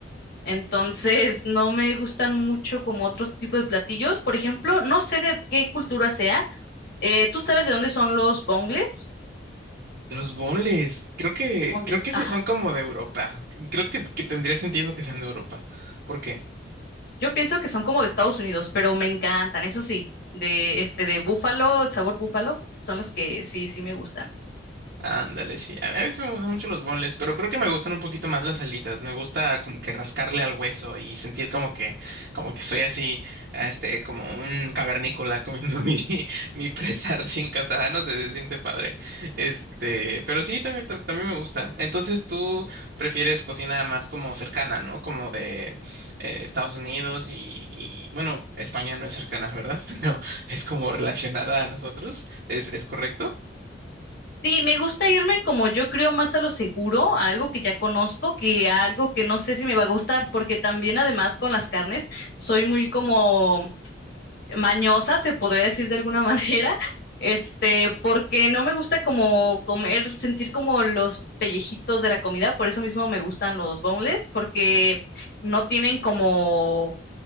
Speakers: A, on the left; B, on the right.
A: Entonces, <laughs> no me gustan mucho como otros tipos de platillos. Por ejemplo, no sé de qué cultura sea, eh, ¿tú sabes de dónde son los bongles?
B: Los bonles, creo que,
A: Bongles,
B: creo que esos
A: Ajá.
B: son como de Europa. Creo que, que tendría sentido que sean de Europa. ¿Por qué?
A: Yo pienso que son como de Estados Unidos, pero me encantan, eso sí, de este de búfalo, sabor búfalo, son los que sí, sí me gustan.
B: Ándale, sí. A a mí también me gustan mucho los boneless, pero creo que me gustan un poquito más las alitas. Me gusta como que rascarle al hueso y sentir como que, como que estoy así, este, como un cavernícola comiendo <laughs> mi, mi presa recién casada. No sé, se siente padre. Este, pero sí, también, tam- también me gusta. Entonces tú prefieres cocina más como cercana, ¿no? Como de eh, Estados Unidos y, y, bueno, España no es cercana, ¿verdad? <laughs> Pero es como relacionada a nosotros. ¿Es, es correcto?
A: Sí, me gusta irme como yo creo más a lo seguro, a algo que ya conozco, que a algo que no sé si me va a gustar, porque también además con las carnes soy muy como mañosa, se podría decir de alguna <laughs> manera, este, porque no me gusta como comer, sentir como los pellejitos de la comida, por eso mismo me gustan los boneless, porque no tienen como